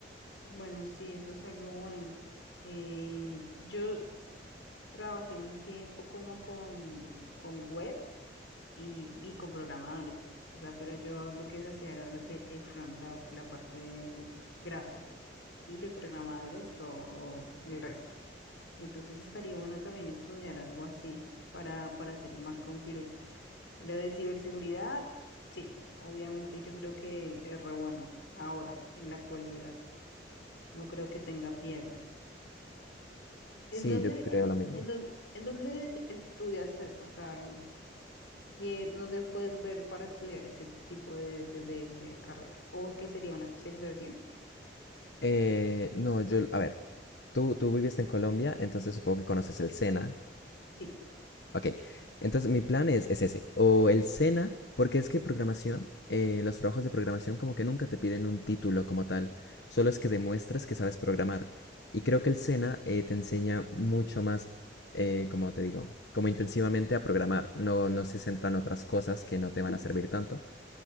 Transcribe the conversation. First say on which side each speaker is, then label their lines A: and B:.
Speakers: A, on the left; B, on the left.
A: Bueno, sí, eso es algo bueno. Eh, yo trabajé un tiempo como con, con web. y, y con programadores. O sea, pero yo lo que hacía era el, el front, la, la parte gráfica y los programadores, todo el resto. Entonces estaría bueno también estudiar algo así para, para ser más completo. Y lo de ciberseguridad, sí, obviamente yo creo que es re bueno ahora, en la actualidad. No creo que tenga pierde. ¿En
B: Sí,
A: dónde,
B: yo creo
A: en,
B: lo mismo.
A: en dónde, en dónde estudias eso? O sea, que- ¿Dónde puedes ver para estudiar ese tipo de, de- de- de carreras? ¿O qué sería una especialización?
B: Eh, no, yo, a ver, tú, tú viviste en Colombia, entonces supongo que conoces el SENA.
A: Sí,
B: Ok, entonces mi plan es, es ese, o el SENA, porque es que programación, eh, los trabajos de programación como que nunca te piden un título como tal, solo es que demuestres que sabes programar. Y creo que el SENA eh, te enseña mucho más, eh, como te digo, como intensivamente a programar, no, no se centra en otras cosas que no te van a servir tanto.